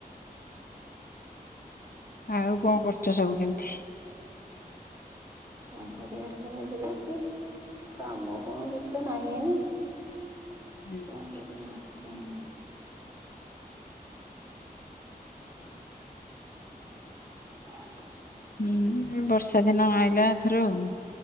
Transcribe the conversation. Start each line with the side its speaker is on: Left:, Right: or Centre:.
Left: ଆଉ କଣ କରୁଛ ସବୁ କେମିତି?
Right: କଣ କରିବା ଏଇମିତି ମେଘ ହେଊଛି? କାମ କଣ କିଛି ତ ନାହିଁ ଏଇନା
Left: ହୁଁ
Right: କଣ କରିବା? ହୁଁ। <inaudible>
Left: ହୁଁ ବର୍ଷା ଦିନ ଆଇଲା ଏଥର ଆଉ